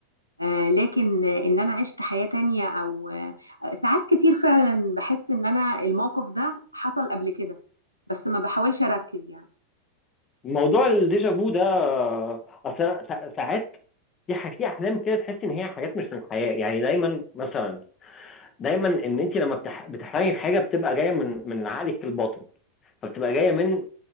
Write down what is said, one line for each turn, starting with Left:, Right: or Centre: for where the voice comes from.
Right: آه لكن آه، ان انا عشت حياة تانية او آه ساعات كتير فعلا بحس ان انا الموقف ده حصل قبل كده بس ما بحاولش اركز يعني
Left: موضوع الديجا فو ده آه، اصل أنا سا- ساعات في ح- في احلام كده تحس ان هي حاجات مش من الحياة يعني دايما مثلا دايما ان انت لما بتح- بتحلمي بحاجه بتبقى جايه من من عقلك الباطن فبتبقى جايه من